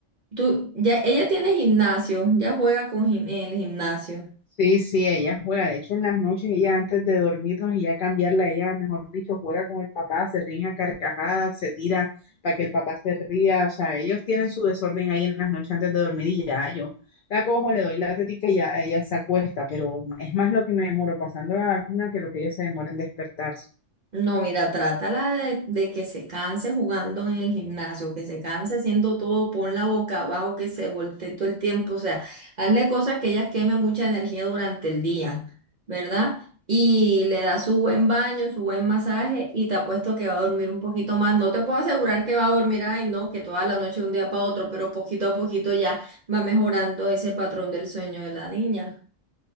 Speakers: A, on the right; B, on the left.
A: Tú, ya, ella tiene gimnasio, ya juega con gim- en el gimnasio.
B: Sí, sí, ella juega. De hecho, en las noches, ella antes de dormirnos y ya cambiarla, ella, mejor dicho, juega con el papá, se ríe a carcajadas, se tira para que el papá se ría. O sea, ellos tienen su desorden ahí en las noches antes de dormir y ya yo la cojo, le doy la tetica y ya ella se acuesta. Pero es más lo que me demoro pasando a la vacuna que lo que ella se demora en despertarse.
A: No, mira, trátala de, de que se canse jugando en el gimnasio, que se canse haciendo todo, pon la boca abajo, que se voltee todo el tiempo, o sea, hazle cosas que ella queme mucha energía durante el día, ¿verdad? Y le da su buen baño, su buen masaje y te apuesto que va a dormir un poquito más. No te puedo asegurar que va a dormir, ay, no, que toda la noche de un día para otro, pero poquito a poquito ya va mejorando ese patrón del sueño de la niña.